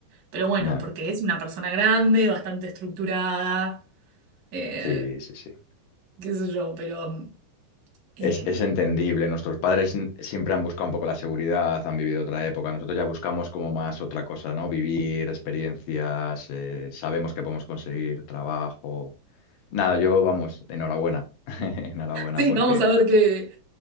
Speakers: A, on the right (about 70°); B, on the left (about 80°).
A: Pero bueno,
B: Ya,
A: porque es una persona grande, bastante estructurada, eh,
B: sí, sí, sí.
A: qué sé yo, pero eh,
B: Es, es entendible. Nuestros padres n- siempre han buscado un poco la seguridad, han vivido otra época. Nosotros ya buscamos como más otra cosa, ¿no? Vivir experiencias, eh, sabemos que podemos conseguir trabajo. Nada, yo, vamos, enhorabuena. <laughs> Enhorabuena
A: sí,
B: porque
A: vamos a ver qué,